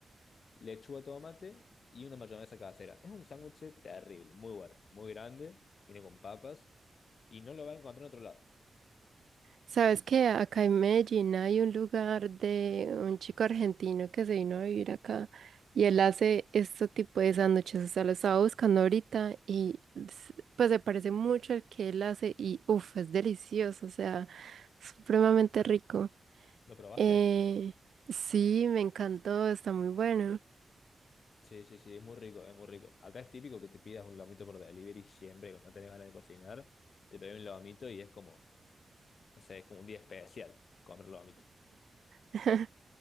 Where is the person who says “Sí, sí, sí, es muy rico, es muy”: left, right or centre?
Left